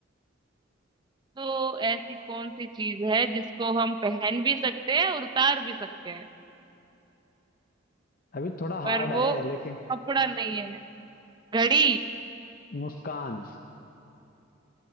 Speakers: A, on the right (about 20°); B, on the left (about 45°).
A: तो ऐसी कौन सी चीज है जिसको हम पहन भी सकते हैं और उतार भी सकते हैं
B: अभी थोड़ा हार्ड
A: पर
B: है
A: वो
B: लेकिन
A: कपड़ा नहीं है घड़ी
B: मुस्कान